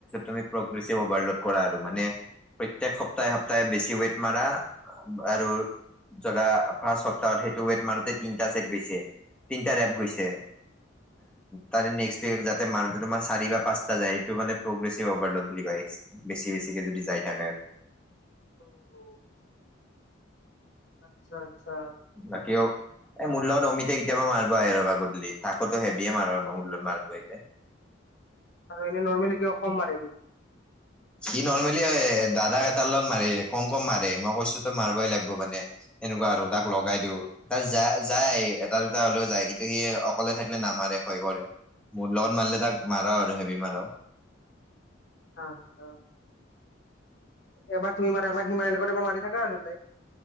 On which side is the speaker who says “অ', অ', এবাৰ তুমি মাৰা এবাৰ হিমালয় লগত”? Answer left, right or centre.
Left